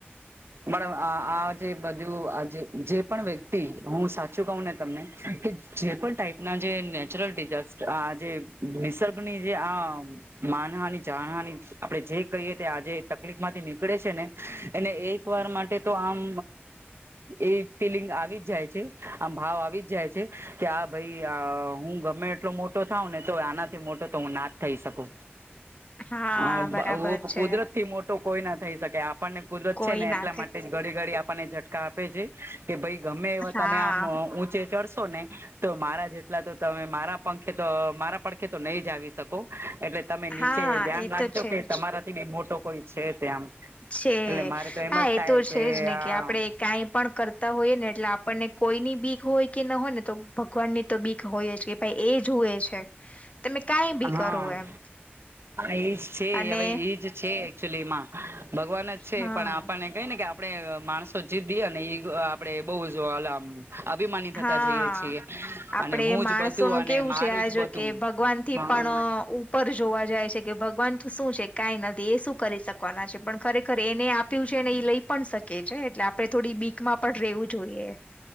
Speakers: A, on the right; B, on the left.
A: આ જે બધું જે પણ વ્યક્તિ હું સાચું કહું ને તમને કે જે પણ ટાઈપના જે નેચરલ ડિઝાસ્ટ આ જે નિસર્ગની જે આમ માનહાની જાણહાની આપડે જે કહીએ તે આજે તકલીફ માંથી નીકળે છે ને એને એ વાર માટે તો આમ એ ફીલિંગ આવી જ જાય છે આમ ભાવ આવી જ જાય છે કે આ ભાઈ આ હું ગમે એટલો મોટો થઉ ને તો આનાથી મોટો તો હું ના જ થઈ શકું
B: હા
A: હ
B: બરાબર છે
A: કુદરત થી મોટી તો કોઈ ના થઈ શકે આપણને કુદરત
B: કોઈ
A: છે ને
B: ના
A: એટલા
B: થઈ
A: માટે જ ઘડી ગડી આપણને ઝટકા આપે છે કે ભાઈ ગમે એવા
B: હા
A: તમે આમ ઊંચે ચડશો ને તો મારા જેટલા તો તમે મારા પંખે તો મારા પડખે તો નહી જ આવી શકો એટલે તમે
B: હા
A: નીચે ધ્યાન
B: એ
A: રાખજો
B: તો છે
A: કે
B: જ
A: તમારા મોટો કોઈ છે ત્યાં
B: છે
A: એટલે મારે તો એમ
B: હા
A: જ થાય
B: તો છે જ ને
A: આ
B: કે આપડણે કાંઈ પણ કરતા હોઈએ ને એટલે આપણને કોઈની બીક હોય કે ન હોય ને તો ભગવાન ની તો બી હોય જ કે ભાઈ એ જુએ છે તમે કઈ બી
A: હા
B: કરો એમ
A: એજ છે
B: અને
A: હવે ઈજ છે, એકચુલીમાં ભગવાન જ છે
B: હા
A: પણ આપણ કઈને કે આપણે માણસો જીતએ ને એ આપડે બહ જમ અભિમાની થતા
B: હા
A: જઈએ છીએ
B: આપડે
A: અને હું
B: માણસોનું
A: જ બધું અને
B: કેવું
A: મારું
B: છે આ
A: જ
B: જો
A: બધું.
B: કે ભગવાન થી
A: હા
B: પણ પર જોવા જાય છે કે ભગવાન શું છે કંઈ નથી એ શું કરી શકવાના છે, પણ ખરેખર એને આ આપ્યું છે ને ઈ લઈ પણ શકે છે એટલે આપડે થોડી બીક માં પણ રહેેવું જોઈએ.